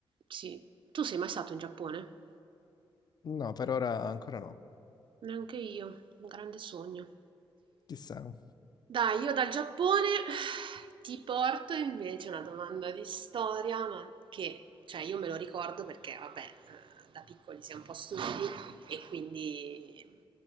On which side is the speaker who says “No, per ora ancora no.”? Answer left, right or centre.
Left